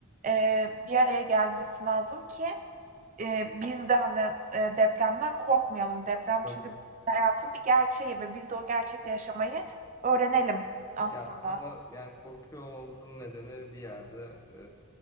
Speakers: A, on the right (about 35°); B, on the left (about 15°).
A: eee, bir araya gelmesi lazım ki, eee, biz de, hani, eee, depremden korkmayalım. Deprem
B: tabii.
A: çünkü hayatın bir gerçeği ve biz de o gerçekle yaşamayı öğrenelim aslında.
B: Ya aslında yani korkuyor olmamızın nedeni bir yerde e,